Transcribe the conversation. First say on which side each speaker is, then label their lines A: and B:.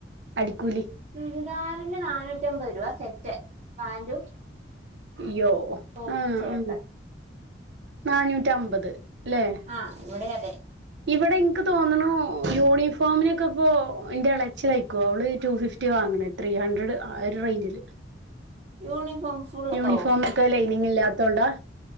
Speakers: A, on the right (about 80°); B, on the right (about 40°).
A: അടിക്കൂലി
B: ചുരിദാറിന് നാനൂറ്റി അമ്പത് രൂപ സെറ്റ് പാന്റും
A: യ്യോ
B: ടോപ്പും
A: ആഹ്
B: ചേർത്ത്
A: ആഹ് നാനൂറ്റി അമ്പത് ല്ലേ
B: ആഹ് ഇവിടെ അതെ.
A: ഇവിടെ ഇൻക്ക് തോന്നുണു യൂണിഫോമിനൊക്കെ പ്പോ ന്റെ എളച്ചി തയ്ക്കോ അവള് ടു ഫിഫ് റ്റി വാങ്ങണേ ത്രീ ഹൺഡ്രഡ് ആ ഒരു റേഞ്ചില്.
B: യൂണിഫോം ഫുള്ളോ
A: യൂണിഫോമക്കെ ലൈനിങ് ഇല്ലാത്തോണ്ട